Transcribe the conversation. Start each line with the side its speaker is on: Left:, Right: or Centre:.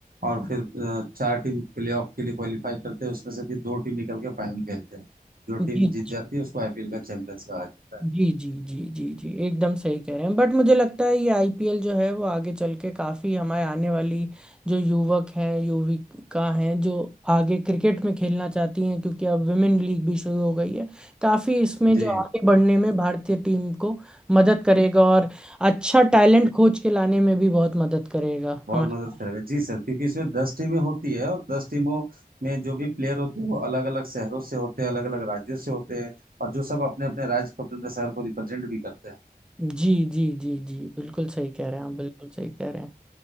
Right: और फिर अ, चार टीम प्लेऑफ के लिए क्वालिफाई करते हैं उसमें से फिर दो टीम निकल के फाइनल खेलते हैं जो टीम
Centre: जी
Right: जीत जाती है उसको आईपीएल का चैंपियंस कहा जाता है
Centre: जी जी जी जी जी एकदम सही कह रहे हैं बट मुझे लगता है ये आईपीएल जो है वो आगे चल के काफ़ी हमारे आने वाली जो युवक हैं युविका हैं जो आगे क्रिकेट में खेलना चाहती हैं क्योंकि अब विमेन लीग भी शुरू हो गई है काफ़ी इसमें
Right: जी
Centre: जो आगे बढ़ने में भारतीय टीम को मदद करेगा और अच्छा टैलेंट खोज के लाने में भी बहुत मदद करेगा
Right: बहुत
Centre: हमारे
Right: मदद करेगा जी सर क्योंकि इसमें दस टीमें होती है और दस टीमों में जो भी प्लेयर होते हैं वो अलग अलग शहरों से होते हैं अलग अलग राज्यों से होते हैं और जो सब अपने अपने राज्य को अपने अपने शहर को रिप्रेजेंट भी करते हैं
Centre: जी जी जी जी बिल्कुल सही कह रहे हैं आप बिल्कुल सही कह रहे हैं